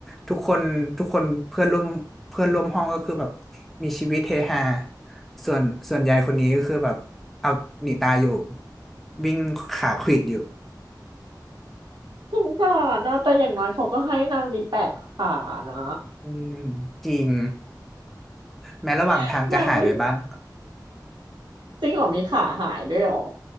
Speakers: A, in the centre; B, on the right (about 80°).
A: ทุกคนทุกคนเพื่อนร่วมเพื่อนร่วมห้องก็คือแบบมีชีวิตเฮฮาส่วนส่วนยายคนนี้ก็คือแบบเอาหนีตายอยู่วิ่งขาขวิดอยู่
B: สงสารนะแต่อย่างน้อยเขาก็ให้นางมีแปดขานะ
A: อืมจริงแม้ระหว่างทางจะหายไปบ้าง
B: <laughs> นางวิ่งจริงเหรอมีขาหายด้วยเหรอ